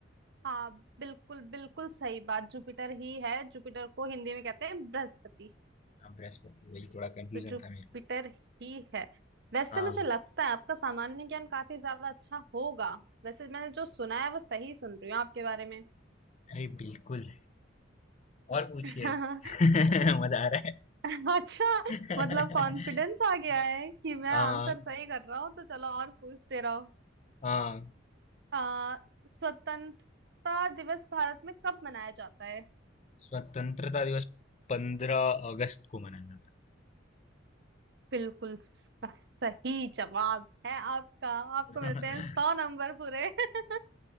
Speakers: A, on the right; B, on the left.
A: हाँ बिल्कुल बिल्कुल सही बात जुपिटर ही है जुपिटर को हिंदी में कहते हैं बृहस्पति
B: हाँ बृहस्पति वही थोड़ा कंफ्यूजन
A: तो जुपिटर
B: था मेरे को
A: ही है वैसे
B: हाँ
A: मुझे लगता है आपका सामान्य ज्ञान काफी ज्यादा अच्छा होगा वैसे मैंने जो सुना है वो सही सुन रही हूँ आपके बारे में
B: अरे बिल्कुल और पूछिए
A: <laughs>
B: <laughs> मजा आ रहा है
A: अच्छा
B: <laughs>
A: मतलब कॉन्फिडेंस आ गया है कि मैं
B: हाँ
A: आंसर सही कर रहा हूँ तो चलो और पूछते रहो
B: हाँ
A: आ, स्वतंत्रता दिवस भारत में कब मनाया जाता है
B: स्वतंत्रता दिवस पंद्रह अगस्त को मनाया जाता
A: बिल्कुल स- सही जवाब है आपका आपको
B: है
A: मिलते हैं सौ
B: <laughs>
A: नंबर पूरे <laughs>